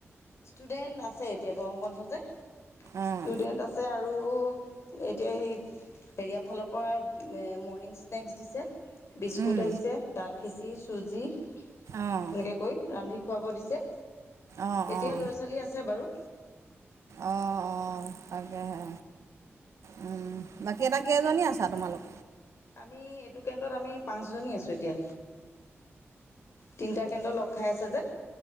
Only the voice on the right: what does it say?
অঁ
উম
অঁ
অঁ
অঁ
অ', অ', তাকেহে উম। বাকী এ, টা কেইজনী আছা তোমালোক?